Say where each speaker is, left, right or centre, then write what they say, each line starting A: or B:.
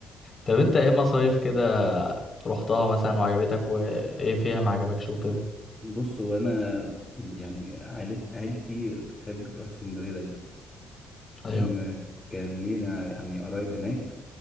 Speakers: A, on the left; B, on the left.
A: طب انت ايه مصايف كده رحتها مثلا وعجبتك وايه فيها ما عجبكش وكده
B: بص هو انا يعني عائلة عيلتي بتحب تروح اسكندرية دايما
A: ايوه
B: لان كان لينا يعني قرايب هناك